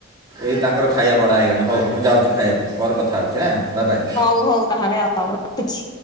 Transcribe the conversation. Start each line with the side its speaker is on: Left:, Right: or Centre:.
Right: ଏଇ ତାଙ୍କର ଖାଇବା ବଡ଼ା ହୋଇଇଗଲାଣି ହଉ ମୁଁ ଯାଉଛି ଖାଇବାକୁ ପରେ କଥା ହଉଛି ଏଁ ବାବାଏ।
Left: ହଉ ହଉ ତାହେଲେ ରଖୁଛି।